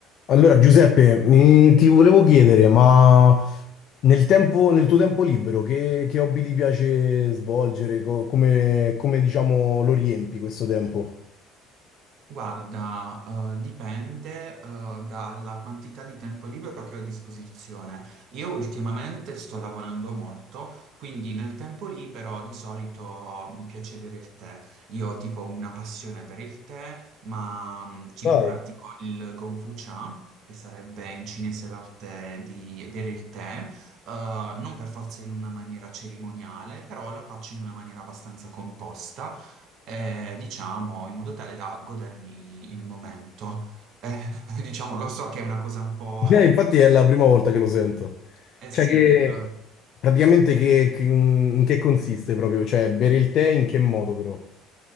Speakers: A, on the left; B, on the right.
A: Allora, Giuseppe, mi- ti volevo chiedere, ma nel tempo- nel tuo tempo libero, che, che hobby ti piace svolgere? Co- come, come, diciamo, lo riempi questo tempo?
B: Guarda, eh, dipende, eh, dalla quantità di tempo libero che ho a disposizione. Io ultimamente sto lavorando molto, quindi nel tempo libero di solito mi piace bere il tè. Io ho tipo una passione per il tè, ma mh, tipo
A: Dai,
B: pratico il Gongfu Cha, che sarebbe in cinese l'arte di bere il tè, eh, non per forza in una maniera cerimoniale, però la faccio in una maniera abbastanza composta eh, diciamo, in modo tale da godermi il momento. Eh, <laughs> diciamo, lo so che è una cosa un po'...
A: Eh, infatti è la prima volta che lo sento.
B: Eh
A: Cioè
B: sì,
A: che,
B: lo-
A: praticamente che, che- in che consiste proprio? Cioè, bere il tè in che modo però?